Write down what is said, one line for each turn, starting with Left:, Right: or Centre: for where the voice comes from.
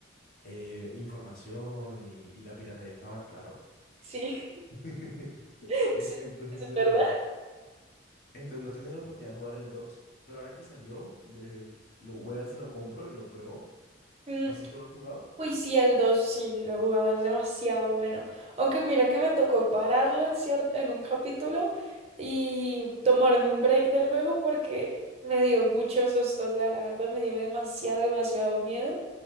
Left: eh, información y, y la piratería está mal, claro.
Right: Sí,
Left: <laughs>
Right: <laughs>
Left: Eh,
Right: sí,
Left: Entonces.
Right: eso es verdad.
Left: Entonces no he tenido la oportunidad de jugar el 2 pero ahora que salió, de, lo voy a ver si lo compro y lo pruebo.
Right: Mm,
Left: No sé si tú lo has jugado.
Right: Uy, sí, el 2 sí, sí, lo he jugado, es demasiado bueno. Aunque mira que me tocó pararlo en cierto, en un capítulo y tomarme un break del juego porque me dio mucho susto, o sea, la verdad me dio demasiado, demasiado miedo.